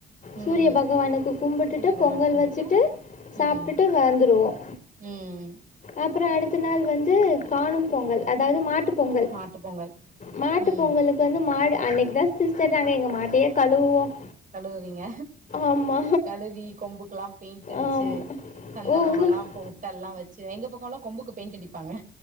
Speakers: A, on the right; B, on the left.
A: ம்
B: சூரிய பகவானுக்கு கும்பிட்டுட்டு
A: சூரியபகவான
B: பொங்கல்
A: கும்ட்டுட்டு
B: வச்சுட்டு சாப்பிட்டுட்டு
A: ம்
B: வந்துருவோம்
A: ம்
B: அப்புறம் அடுத்து த்து நாள் வந்து காணும் பொங்கல் அதாவது மாட்டுப் பொங்கல்
A: மாட்டு பொங்கல்
B: மாட்டு
A: ம்
B: பொங்கலுக்கு வந்து மாடு அன்னைக்கு தான் சிஸ்டர் நாங்க எங்க மாட்டையே கழுவுவோம்
A: கழுவிங்க
B: ஆமா.
A: கழுவி கொம்புக்க எல்லாம் பெயிண்ட் அடிச்சு
B: ஆமா.
A: சந்தனமெல்லாம்
B: ஓ! உங்களுக்கு
A: பொட்டெல்லாம் வச்சி எங்க பக் <unintelligible> கொம்புக்கு பெயிண்ட் அடிப் பாங்கா